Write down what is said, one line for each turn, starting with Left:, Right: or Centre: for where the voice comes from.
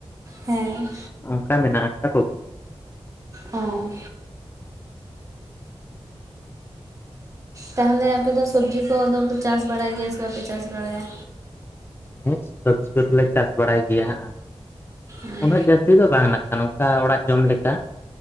Right: ᱦᱮᱸ
Left: ᱚᱱᱠᱟ ᱢᱮᱱᱟᱜ ᱠᱟᱫᱟ ᱯᱩᱠᱷᱨᱤ᱾
Right: ᱚ ᱛᱟᱦᱚᱞᱮ ᱟᱯᱮ ᱫᱚ ᱥᱚᱵᱽᱡᱤ ᱠᱚᱫᱚ ᱯᱮ ᱪᱟᱥ ᱵᱟᱲᱟᱭ ᱜᱮᱭᱟ ᱥᱮ ᱵᱟᱯᱮ ᱪᱟᱥ ᱵᱟᱲᱟᱭᱟ
Left: ᱦᱮᱸ ᱥᱚᱵᱽᱡᱤ ᱠᱚᱫᱚᱞᱮ ᱪᱟᱥ ᱵᱟᱲᱟᱭ ᱜᱮᱭᱟ ᱟᱫᱚ
Right: ᱦᱮᱸ
Left: ᱩᱱᱟᱹᱜ ᱡᱟᱹᱥᱛᱤ ᱫᱚ ᱵᱟᱝ ᱱᱟᱜ ᱠᱷᱟᱱ ᱚᱱᱠᱟ ᱚᱲᱟᱜ ᱡᱚᱢ ᱞᱮᱠᱟ